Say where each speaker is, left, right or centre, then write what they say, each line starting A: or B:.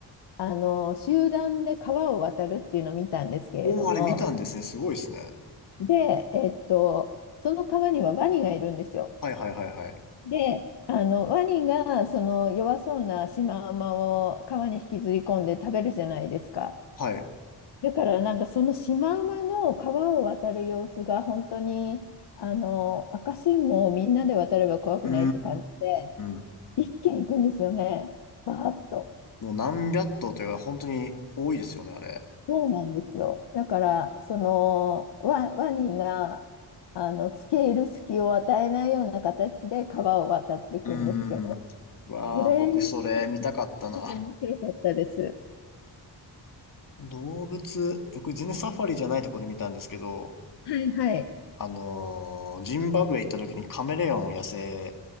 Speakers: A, on the left (about 70°); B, on the left (about 50°).
A: あの、集団で川を渡るっていうのを見たんですけれども、
B: おー、あれ見たんですね。すごいですね。
A: で、えっと、その川にはワニがいるんですよ。
B: はいはいはいはい。
A: で、あの、ワニがその弱そうなシマウマを川に引きずり込んで食べるじゃないですか。
B: はい。
A: だからなんかそのシマウマの川を渡る様子が本当に、あの、赤信号をみんなで渡れば怖くないって感じで、
B: うーん。
A: 一気に行くんですよね。バーッと。
B: もう何百頭というか、本当に多いですよね、あれ。
A: そうなんですよ。だから、その、ワ、ワニが、あの、付け入る隙を与えないような形で川を渡っていくんですけど、
B: うーん。わあ、
A: これ、
B: 僕それ見たかったな。
A: なんか面白かったです。
B: 動物、僕全然サファリじゃないとこで見たんですけど、
A: はいはい。
B: あのージンバブエ行った時にカメレオン野生、